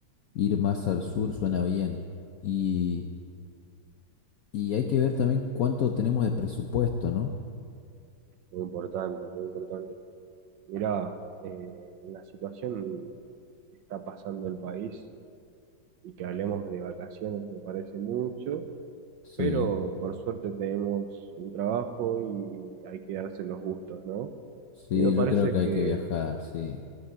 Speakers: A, on the left; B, on the right.
A: ir más al sur suena bien. Y, y hay que ver también cuánto tenemos de presupuesto, ¿no?
B: Muy importante, muy importante. Mira, eh, la situación que está pasando el país y que hablemos de vacaciones me parece mucho,
A: Sí,
B: pero por suerte tenemos un trabajo y hay que darse los gustos, ¿no?
A: sí,
B: Y me parece
A: yo creo que hay
B: que
A: que viajar, sí.